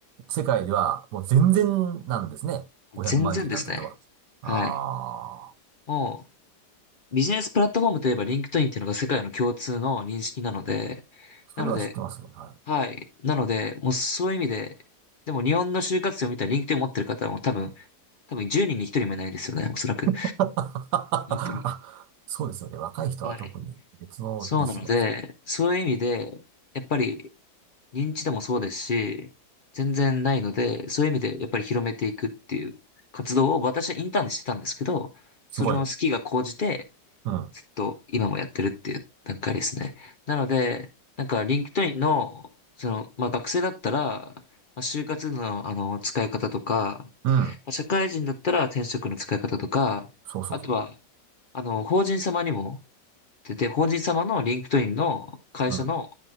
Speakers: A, on the right (about 75°); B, on the left (about 65°).
A: 世界ではもう全然なんですね。500万人なんていうのは。
B: 全然ですね。はい。
A: ああ、
B: もう、ビジネスプラットフォームといえばリンクトインっていうのが世界の共通の認識なので、
A: それは知ってますね。
B: なので、
A: はい
B: はい。なので、もうそういう意味で、でも日本の就活生を見たらリンクトイン持ってる方はもう多分、多分10人に1人もいないですよね、おそらく。
A: <laughs> あそうですよね。
B: 本当に。
A: 若い人は特に別のですよね。
B: はい。そうなので、そういう意味で、やっぱり認知度もそうですし、全然ないので、そういう意味でやっぱり広めていくっていう活動を私はインターンでしてたんですけど、それの好きが高じて、
A: すごい。うん。
B: ずっと今もやってるっていう段階ですね。なので、なんか、リンクトインの、その、まあ、学生だったら、まあ、就活の、あの、使い方とか、
A: うん。
B: まあ社会人だったら転職の使い方とか、
A: そうそうそう。
B: あとは、あの、法人様にも、出て、法人様のリンクトインの会社の、
A: うん。